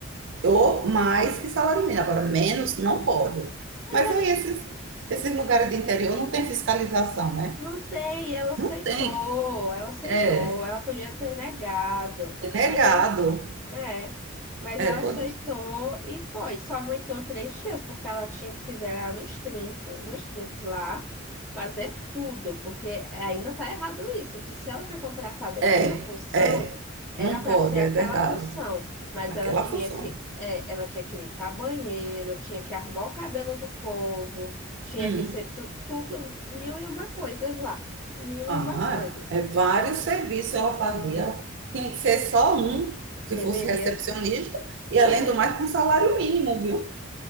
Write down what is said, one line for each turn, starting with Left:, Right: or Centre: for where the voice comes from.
Right: ou mais que salário mínimo, agora menos não pode.
Centre: Mas
Right: Mas
Centre: ela
Right: aí esses, esses lugares de interior não tem fiscalização, né?
Centre: Não tem, e ela aceitou,
Right: Não tem.
Centre: ela aceitou,
Right: É,
Centre: ela podia ter negado,
Right: é
Centre: mas
Right: negado.
Centre: ela, ace- é, mas
Right: É,
Centre: ela aceitou
Right: pode.
Centre: e foi, só aguentou três dias, porque ela tinha que se ver lá nos trincos, nos trinques lá, fazer tudo, porque ainda tá errado isso, que se ela foi contratada em
Right: É,
Centre: uma função,
Right: é.
Centre: era
Right: Não
Centre: para
Right: pode,
Centre: ser aquela
Right: é verdade.
Centre: função, mas
Right: Aquela
Centre: ela tinha
Right: função.
Centre: que, é, ela tinha que limpar banheiro, tinha que arrumar o cabelo do povo, tinha
Right: Hum.
Centre: que ser tu- tudo, mil e uma coisas lá. Mil
Right: Ah,
Centre: e uma coisas.
Right: é vários serviços ela fazia. Tinha que ser só um, se
Centre: Deverias,
Right: fosse recepcionista, e além
Centre: pô,
Right: do mais, com salário mínimo, viu?